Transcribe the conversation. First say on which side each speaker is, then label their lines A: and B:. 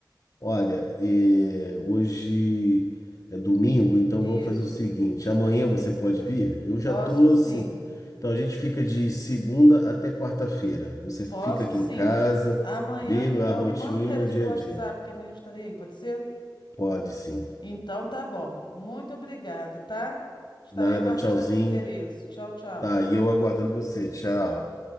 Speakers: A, on the left; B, on the left.
A: olha, eh, hoje é domingo, então
B: Isso.
A: vamos fazer o seguinte, amanhã você pode vir? Eu já
B: Posso
A: tô
B: sim,
A: assim. Então a gente fica de segunda até quarta-feira. Você fica
B: posso
A: aqui
B: sim.
A: em casa,
B: Amanhã,
A: vê
B: então,
A: a rotina,
B: me manda o endereço
A: o dia
B: pelo WhatsApp,
A: a dia.
B: que amanhã eu estarei aí, pode ser?
A: Pode sim.
B: Então tá bom. Muito obrigada, tá? Estarei
A: Nada,
B: aguardando
A: tchauzinho.
B: aqui o endereço. Tchau, tchau.
A: Tá, e eu aguardando você. Tchau.